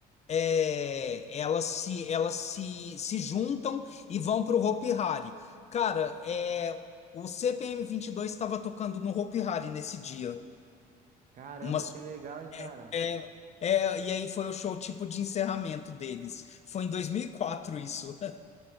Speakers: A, on the left; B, on the right.
A: é, elas se elas se, se juntam e vão para o Hopi Hari. Cara, é, o CPM dois estava tocando no Hopi Hari nesse dia.
B: Caramba,
A: Umas,
B: que legal, hein, cara?
A: é, é, e aí foi o show tipo de encerramento deles. Foi em 2004 isso. <laughs>